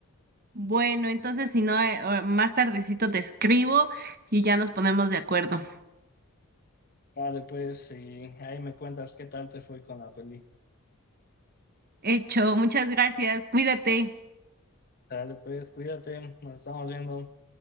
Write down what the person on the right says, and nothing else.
Bueno, entonces si no eh, o- más tardecito te escribo y ya nos ponemos de acuerdo.
Hecho, muchas gracias, cuídate,